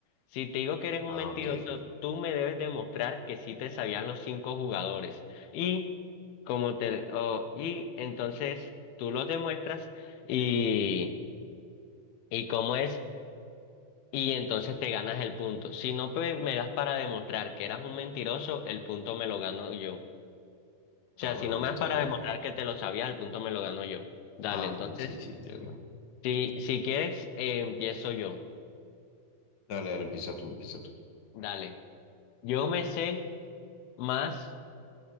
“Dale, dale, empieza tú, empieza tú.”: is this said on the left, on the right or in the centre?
Left